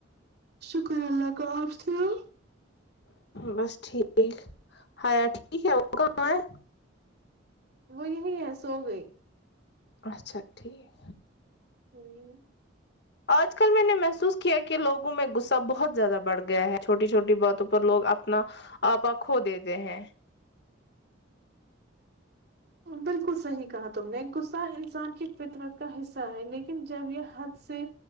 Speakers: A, on the right; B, on the left.
A: شکر اللہ کا آپ سناؤ
B: بس ٹھیک ہایا ٹھیک ہے وہ کہاں ہے
A: وہ یہی ہے سو گئی
B: اچھا ٹھیک
A: ہمم
B: آج کل میں نے محسوس کیا کہ لوگوں میں غصہ بہت زیادہ بڑھ گیا ہے چھوٹی چھوٹی باتوں پر لوگ اپنا آپہ کھو دیتے ہیں
A: بالکل صحیح کہا تم نے غصہ انسان کی فطرت کا حصہ ہے لیکن جب یہ حد سے